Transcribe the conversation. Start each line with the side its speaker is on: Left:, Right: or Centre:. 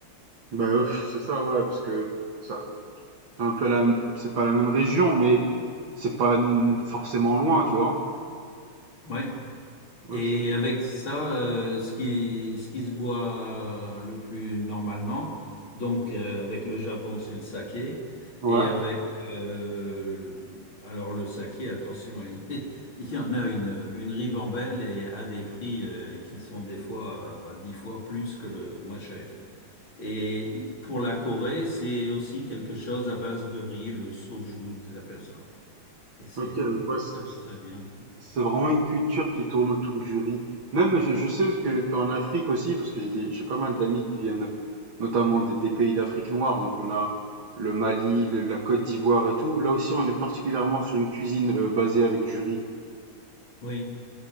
Right: Bah, euh, pff, c'est ça, ouais, parce que ça, C'est un peu la c'est pas la même région, mais c'est pas n forcément loin, tu vois?
Left: Oui.
Right: OK.
Left: Et avec ça, euh, ce qui, ce qui se boit euh, le plus normalement, donc euh, avec le Japon, c'est le saké.
Right: Ouais.
Left: Et avec, euh, le- alors le saké, attention, <laughs> il, il y en a une, une ribambelle et à des prix euh, qui sont des fois à dix fois plus que le moins cher. Et pour la Corée, c'est aussi quelque chose à base de riz, le soju, ils appellent ça. Et c'est,
Right: OK, donc ouais, c'est
Left: ça va
Right: c'est
Left: très bien.
Right: c'est vraiment une culture qui tourne autour du riz. Même je je sais que qu'en Afrique aussi, parce que j'ai des j'ai pas mal d'amis qui viennent notamment des des pays d'Afrique noire, donc on a le Mali, le la Côte d'Ivoire et tout. Là aussi, on est particulièrement sur une cuisine, heu, basée avec du riz.
Left: Oui.